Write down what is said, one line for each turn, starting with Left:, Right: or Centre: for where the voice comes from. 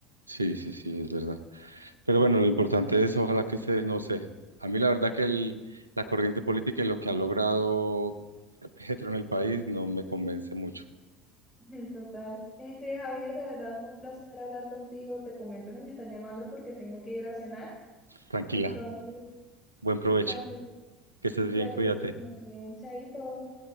Right: sí, sí, sí, es verdad. Pero bueno, lo importante es, ojalá que se, no sé, a mí la verdad que el- la corriente política y lo que ha logrado Petro en el país no me convence mucho.
Centre: <laughs> Total. Este, Javier, de verdad fue un placer hablar contigo. Te comento que me están llamando porque tengo que ir a cenar.
Right: Tranquila,
Centre: Entonces,
Right: buen provecho,
Centre: vale,
Right: que estés
Centre: vale,
Right: bien, cuídate.
Centre: que estés muy bien, chaito.